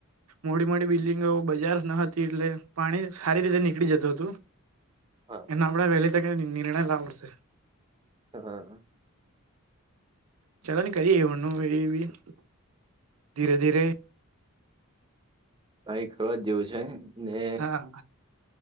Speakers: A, on the right (about 80°); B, on the right (about 20°).
A: મોટી મોટી બિલ્ડિંગો બજાર ન હતી એટલે પાણી સારી રીતે નીકળી જતું હતું
B: હા
A: એનો આપડે વેલી તકે નિર્ણય લાવો પડશે
B: હા
A: ચલો ની કરીએ એવણનું એ બી ધીરે ધીરે
B: કઈ કરવા જ જેવું છે. ને
A: હા